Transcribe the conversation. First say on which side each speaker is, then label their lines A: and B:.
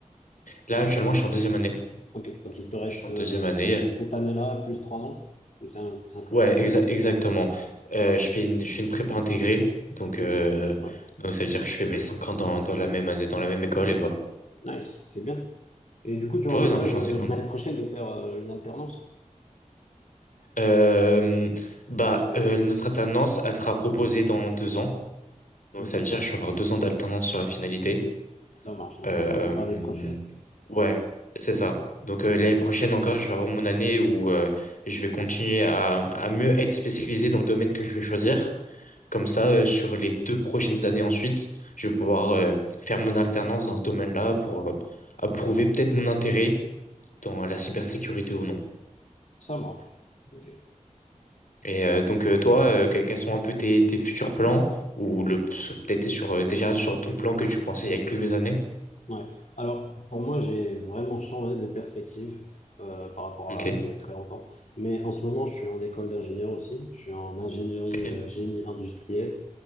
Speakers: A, on the left; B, on the left.
A: Là, actuellement, je suis en deuxième année.
B: Ok, donc il te reste
A: Je suis en
B: euh,
A: deuxième année.
B: c-
A: euh,
B: cette année-là plus trois ans? Ou c'est un, c'est un cursus
A: Ouais, exa-
B: de cinq
A: exactement.
B: ans?
A: Euh,
B: D'accord.
A: je fais une, je fais une prépa intégrée, donc,
B: Ok,
A: euh,
B: ouais,
A: donc ça veut dire que je fais mes 5 ans dans, dans la même année, dans la même école, et voilà.
B: nice, c'est bien. Et du coup, tu envisages
A: Ouais, non, franchement,
B: euh,
A: c'est cool.
B: l'année prochaine de faire euh, une alternance?
A: Euh, bah,
B: Ou c'est
A: euh, notre
B: pas possible?
A: alternance, elle sera proposée dans deux ans. Donc
B: Ok,
A: ça veut dire que je vais avoir deux ans d'alternance sur la finalité.
B: ça marche, donc
A: Euh,
B: c'est pas pour l'année prochaine.
A: ouais, c'est ça. Donc euh, l'année
B: Ok,
A: prochaine encore, je vais avoir mon année où euh, je vais continuer à, à mieux être spécialisé dans le domaine que je vais choisir. Comme ça,
B: Hmm.
A: euh, sur les deux prochaines années ensuite, je vais pouvoir euh, faire mon alternance dans ce domaine-là pour euh, approuver peut-être mon intérêt dans la
B: Ok.
A: cybersécurité ou non.
B: Ça marche. Ok.
A: Et euh, donc euh, toi, euh, que- quels sont un peu tes, tes futurs plans ou le peut-être t'es sur euh, déjà sur ton plan que tu pensais il y a quelques années?
B: Ouais. Alors, pour moi, j'ai vraiment changé de perspective euh, par rapport
A: Ok,
B: à il y a très longtemps. Mais en ce moment, je suis en école d'ingénieur aussi. Je suis en ingénierie
A: ok,
B: euh, génie industriel.